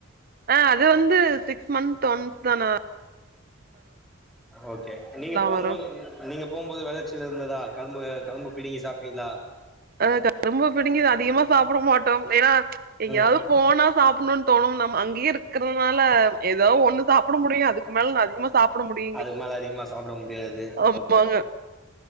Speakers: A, on the right (about 45°); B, in the centre.
A: ஆ அது வந்து சிக்ஸ் மந்த் ஒன்ஸ்தான
B: ஓகே நீங்க போம்போது
A: வரும்.
B: நீங்க போம்போது விதச்சு இருந்ததா கரும்பு கரும்பு பிடிங்க சாப்ட்டீங்ளா
A: அ கரும்ப பிடுங்கி அதிகமா சாப்புட மாட்டோம் ஏன்னா எங்கெயாவத்
B: ம்
A: போனா சாப்புணுன் தோணும் நம்ம அங்கேயே இருக்குறதுனால ஏதோ ஒண்ணு சாப்புட முடியு அதுக்கு மேல அதிக சாப்புட முடுயு
B: அது மேல அதிகமா சாப்பிட முடியாது
A: ஆமாங்க.
B: ஓகே ஓ கே